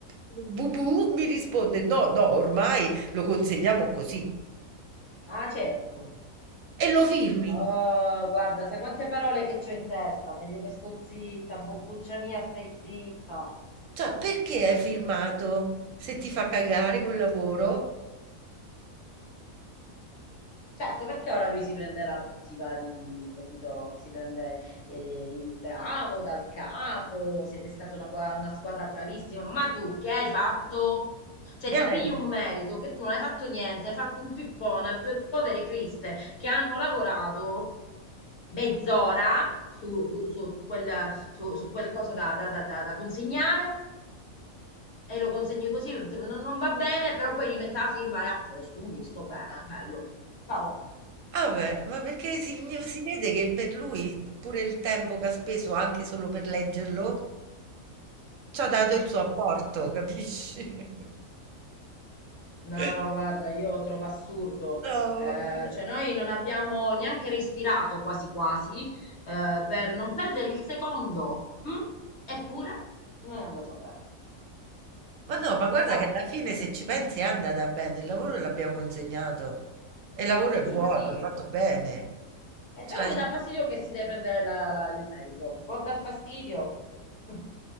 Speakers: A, on the right (about 70°); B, on the left (about 50°).
A: bubù, mi risponde, no, no, ormai lo consegniamo così.
B: Ah, certo.
A: E lo firmi.
B: Oh, guarda, sai quante parole che c'ho in testa? Meglio che sto zitta, boccuccia mia, stai zitta.
A: Cioè, perché hai firmato se ti fa cagare quel lavoro?
B: Certo, perché ora lui si prenderà tutti i vari, capito? Si prende eh, il bravo dal capo, siete stata una, gua- una squadra bravissima, ma tu che hai fatto? Cioè,
A: Niente.
B: ti pigli un merito che tu non hai fatto niente, hai fatto un pippone a due povere criste che hanno lavorato mezz'ora su, su, su- su quel, su, su quel coso da, da- da- da- da consegnare e lo consegni così, non, non va bene, però poi gli mette la firma e a posto, un visto, bene, bello. Vabbò.
A: Ah beh, ma perché si si vede che per lui pure il tempo che ha speso anche solo per leggerlo, c'ha dato il suo apporto, capisci?
B: No,
A: <laughs>
B: guarda, io trovo assurdo.
A: No,
B: Eh,
A: vabbè.
B: cioè, noi non abbiamo neanche respirato quasi quasi eh, per non perdere il secondo. hm? Eppure non è andato bene.
A: Ma no, ma guarda
B: Vabbè.
A: che alla fine se ci pensi è andata bene, il lavoro l'abbiamo consegnato e il lavoro
B: Sì,
A: è buono,
B: sì.
A: è fatto bene.
B: Eh,
A: Cioè,
B: però mi dà fastidio che si deve prendere la- la- il merito. Può dar fastidio. Mm.